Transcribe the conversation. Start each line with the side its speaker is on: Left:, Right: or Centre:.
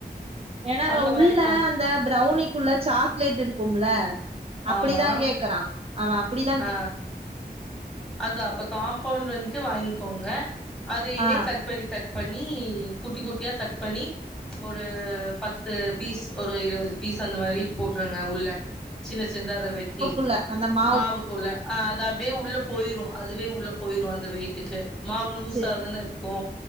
Right: ஏனா அவ
Centre: அந்த
Right: உள்ள
Centre: மாரி பண்
Right: இந்த பிரௌனிக்குள்ள சாக்லேட் இருக்கும்ல அப்டிதா
Centre: ஆமா
Right: கேக்குறா அவே அப்டி தா
Centre: ஆ அதா அப்ப காம்பவுண்ட் வந்துட்டு வாங்கிக்கோங்க அதையுமே
Right: ஆ
Centre: சட் பண்ணி சட் பண்ணி குட்டி குட்டியா சட் பண்ணி ஒரு பத்து பீஸ் ஒரு இருவது பீஸ் அந்த மாரி போட்ருங்க உள்ள சின்ன சின்னதா அத வெட்டி
Right: உள்ள அந்த மா
Centre: மாவு குள்ள ஆ அது அப்டியே உள்ள போயிரு அதுவே உள்ள போயுரு அந்த வெயிட்டுக்கு மாவு லூஸா
Right: சேரி
Centre: தான இருக்கு